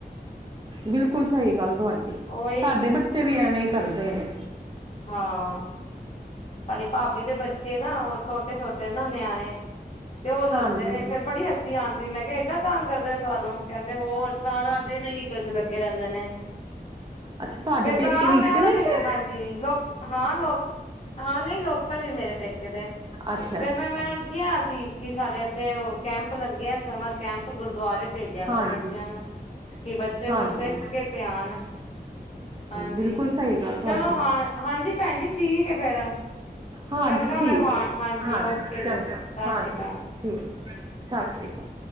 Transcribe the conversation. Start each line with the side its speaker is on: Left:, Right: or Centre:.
Right: ਬਿਲਕੁਲ ਸਹੀ ਗੱਲ ਤੁਆਡੀ
Left: ਉਹੀ
Right: ਸਾਡੇ ਬੱਚੇ ਵੀ ਐਵੇ ਈ ਕਰਦੇ ਨੇ
Left: ਹਾਂ ਸਾਡੇ ਭਾਬੀ ਦੇ ਬੱਚੇ ਨਾ ਓ ਛੋਟੇ-ਛੋਟੇ ਨਾ ਨਆਣੇ ਤੇ ਉਹ ਦੱਸਦੇ
Right: ਹਾਂਜੀ
Left: ਨੇ ਫੇਰ ਬੜੀ ਹੱਸੀ ਆਂਦੀ ਮੈ ਕੈਆ ਏਡਾ ਤੰਗ ਕਰਦੇ ਨੇ ਤੁਆਨੂੰ ਕੈਂਦੇ ਹੋਰ ਸਾਰਾ ਦਿਨ ਕੁਛ ਲਗੇ ਰੈਂਦੇ ਨੇ-
Right: ਅੱਛਾ ਤੁਆਡੇ
Left: ਫੇਰ
Right: ਪੇਕੇ
Left: ਤਾਂ
Right: ਵਿਚ
Left: ਮੈਂ ਉਹਨਾਂ
Right: ਨੇ ਕੇ
Left: ਹਾਂਜੀ ਲੋਕ ਹਾਂ ਲੋਕ ਹਾਂ ਨਈ ਲੋਕਲ ਈ ਮੇਰੇ ਪੇਕੇ ਤੇ
Right: ਅੱਛਾ
Left: ਫਿਰ
Right: ਅੱਛਾ
Left: ਮੈ-ਮੈ ਏਨਾ ਨੂੰ ਕੈਆ ਸੀ ਕਿ ਸਾਡੇ ਏਥੇ ਉਹ ਕੈਪ ਲਗੇਆ ਸਮਰ ਕੈਪ ਗੁਰਦੁਆਰੇ ਪੇਜਿਆ ਕਰੋ
Right: ਹਾਂਜੀ
Left: ਬੱਚਿਆਂ ਨੂੰ ਕਿ ਬੱਚੇ
Right: ਹਾਂਜੀ
Left: ਕੋਝ ਸੇਖ ਕੇ ਤੇ ਆਨ ਹਾਂਜੀ
Right: ਬਿਲਕੁਲ ਸਹੀ ਗੱਲ ਤੁਹਾਡੀ
Left: ਚਲੋ ਹਾਂ ਹਾਂਜੀ ਪੈਣ ਜੀ ਠੀਕ ਐ ਫੇਰ
Right: ਹਾਂਜੀ
Left: ਚੰਗਾ
Right: ਠੀਕ
Left: ਵੇਵਾਰ
Right: ਹੈ
Left: ਹਾਂਜੀ ਓਕੇ
Right: ਚੰਗਾ
Left: ਜੀ ਸਾਸ
Right: ਹਾਂਜੀ
Left: ਸ੍ਰੀ ਕਾਲ-
Right: ਠੀਕ ਸਾਸ ਸ਼੍ਰੀ ਕਾਲ